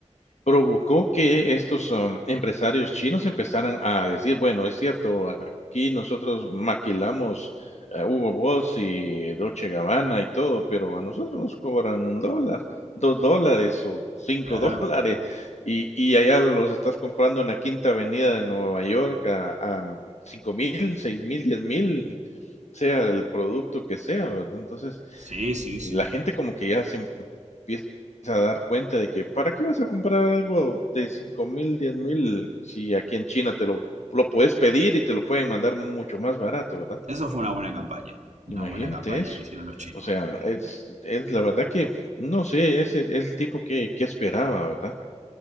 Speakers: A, on the left; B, on the right.
A: Provocó que estos, am, empresarios chinos empezaran a decir: "Bueno, es cierto, aquí nosotros maquilamos, eh, Hugo Boss y Dolce Gabbana y todo, pero a nosotros nos cobran un dólar, $2 o $5
B: Claro.
A: <laughs> y y allá los estás comprando en la Quinta Avenida de Nueva York a a mm, cinco mil, seis mil, diez mil, sea el producto que sea", ¿verdad? Entonces,
B: Sí, sí,
A: y
B: sí.
A: la gente como que ya se empieza a dar cuenta de que ¿para qué vas a comprar algo de cinco mil, diez mil si aquí en China te lo, lo puedes pedir y te lo pueden mandar mucho más barato, ¿verdad?
B: Eso fue una buena campaña. Una
A: Imagínate
B: buena campaña
A: eso.
B: que hicieron los chinos.
A: O sea, es, es la verdad que no sé, es el, es el tipo que, que esperaba, ¿verdad?